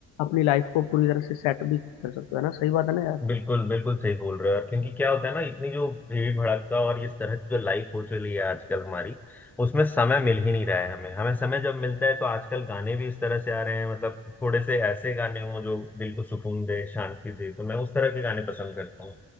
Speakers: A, on the left (about 90°); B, in the centre.
A: अपनी लाइफ को पूरी तरह से सेट भी कर सकते हो है ना सही बात है ना यार
B: बिल्कुल बिल्कुल सही बोल रहे हो यार क्योंकि क्या होता है ना इतनी जो भीड़ भड़का और इस तरह की जो लाइफ हो चली है आजकल हमारी उसमें समय मिल ही नहीं रहा है हमें हमें समय जब मिलता है तो आजकल गाने भी इस तरह से आ रहे हैं मतलब थोड़े से ऐसे गाने हों जो दिल को सुकून दे शांति दे तो मैं उस तरह के गाने पसंद करता हूँ